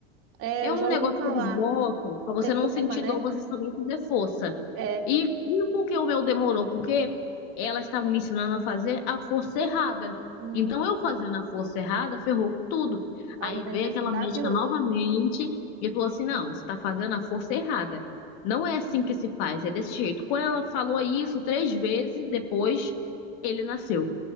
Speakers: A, on the right; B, on the left.
A: é,
B: é
A: eu
B: um
A: já
B: negócio
A: ouvi falar.
B: que eles botam pra você
A: Você toma,
B: não sentir
A: né?
B: dor, você também fazer força.
A: É,
B: E, e por que o meu demorou? Porque elas estavam me ensinando a fazer a força errada.
A: hum,
B: Então, eu fazendo a força errada, ferrou com tudo. Aí
A: ao invés
B: veio
A: de
B: aquela
A: ajudar,
B: médica
A: piorou.
B: novamente e falou assim: não, você está fazendo a força errada. Não é assim que se faz, é desse jeito. Quando ela falou isso três vezes depois, ele nasceu.